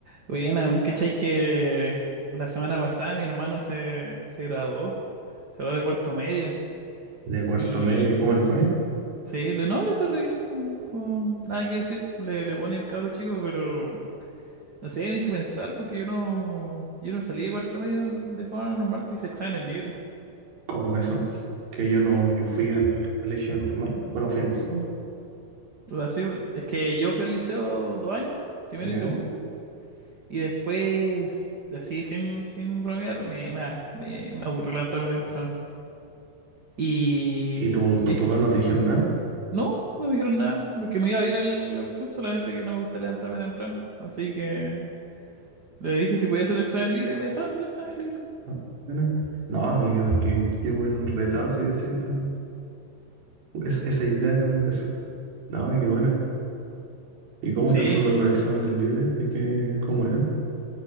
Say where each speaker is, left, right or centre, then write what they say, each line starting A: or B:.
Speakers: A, on the right; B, on the right.
A: Bueno, ¿cachai que la semana pasada mi hermano se, se graduó? Se graduó de cuarto medio.
B: de cuarto
A: Y
B: medio. ¿Y cómo le fue?
A: s- sí, le- no, le fue re bien. no- no, nada que decir. Le, le pone el cabro chico, pero no sé, me hizo pensar porque yo no, yo no salí de cuarto medio de forma normal, pues hice exámenes libres.
B: ¿Cómo eso? Que yo no, yo fui al colegio normal, bueno, fui al liceo.
A: O sea, sí, es que yo fui al liceo dos años, primero
B: ¿Ya?
A: y segundo. Y después, así sin, sin bromear, me, me, me, me aburrió levantarme temprano. Y
B: ¿Y tu- tus
A: le
B: papás
A: dije,
B: no te dijeron nada?
A: No, no me dijeron nada, porque me iba bien el, la cuestión, solamente que no me gusta levantarme temprano. Así que le dije si podía hacer el examen libre y me dejaron hacer el examen libre.
B: No, nada. No, amigo, es que, que me hubieran retado si decía esa, es- esa idea acá en mi casa. No, qué buena. ¿Y cómo
A: Sí,
B: te fue
A: no,
B: con los exámenes libres? ¿De qué, cómo eran?